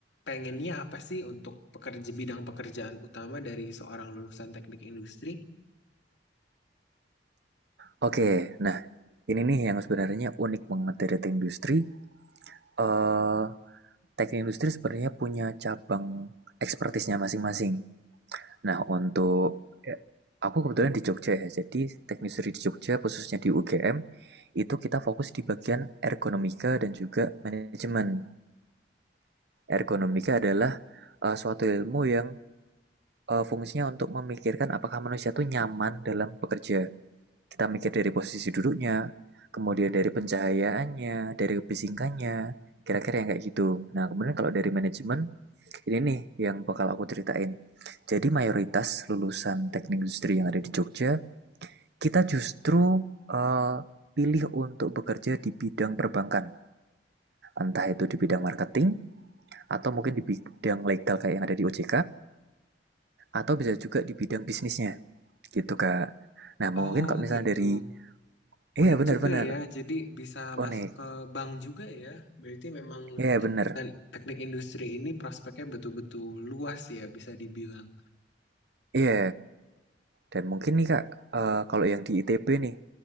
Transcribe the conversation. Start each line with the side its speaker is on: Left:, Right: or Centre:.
Left: pengennya apa sih untuk pekerja bidang pekerjaan utama dari seorang lulusan teknik industri?
Right: Oke, nah ini nih yang sebenarnya unik banget dari teh industri. eh teknik industri sebenarnya punya cabang ekspertisnya masing-masing. Nah, untuk eh, aku kebetulan di Jogja ya, jadi teknik industri di Jogja, khususnya di UGM, itu kita fokus di bagian ergonomika dan juga manajemen. Ergonomika adalah, eee, suatu ilmu yang, eee, fungsinya untuk memikirkan apakah manusia tuh nyaman dalam bekerja. Kita mikir dari posisi duduknya, kemudian dari pencahayaannya, dari kebisingannya, kira-kira yang kayak gitu. Nah, kemudian kalau dari manajemen, ini nih yang bakal aku ceritain. Jadi mayoritas lulusan teknik industri yang ada di Jogja, kita justru, eee, pilih untuk bekerja di bidang perbankan. Entah itu di bidang marketing atau mungkin di bidang legal kayak yang ada di OJK atau bisa juga di bidang bisnisnya gitu Kak. Nah, mungkin
Left: Oh
Right: kalau misalnya
Left: gitu.
Right: dari
Left: Unik
Right: iya benar-benar
Left: juga ya, jadi bisa
Right: unik.
Left: masuk ke bank juga ya. Berarti memang
Right: Iya benar.
Left: teknik industri ini prospeknya betul-betul luas ya, bisa dibilang.
Right: Iya. Dan mungkin nih Kak, eh, kalau yang di ITB nih,